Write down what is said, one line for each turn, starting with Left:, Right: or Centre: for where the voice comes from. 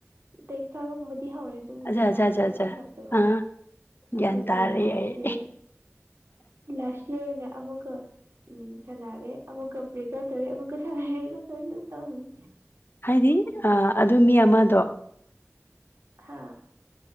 Right: ꯇꯦꯛꯁꯇꯥꯕꯒꯨꯝꯕꯗꯤ ꯍꯧꯔꯦ ꯑꯗꯨꯕꯨ
Left: ꯑꯠꯆꯥ
Right: ꯁꯥꯟꯅꯥꯕꯨꯗꯤ
Left: ꯑꯠꯆꯥ ꯑꯠꯆꯥ ꯑꯠꯆꯥ
Right: ꯁꯥꯟꯅꯥꯗꯕ
Left: ꯑꯥ ꯒ꯭ꯌꯥꯟ
Right: ꯑꯗꯨꯒ
Left: ꯇꯥꯔꯦ
Right: ꯀ ꯂꯥꯁꯥꯁꯦ
Left: ꯑꯩ
Right: ꯂꯥꯁ ꯌꯌꯥꯔꯅꯦ ꯑꯃꯨꯛꯀ ꯎꯝ ꯁꯥꯟꯅꯔꯦ ꯑꯃ ꯀꯕꯀ ꯇꯔꯤ ꯑꯃꯨ ꯀ ꯁ ꯀ ꯇꯔ ꯇ ꯍꯅꯤ
Left: ꯍꯥꯏꯗꯤ ꯑꯗꯨ ꯃꯤ ꯑꯃꯗꯣ
Right: ꯍꯥꯥ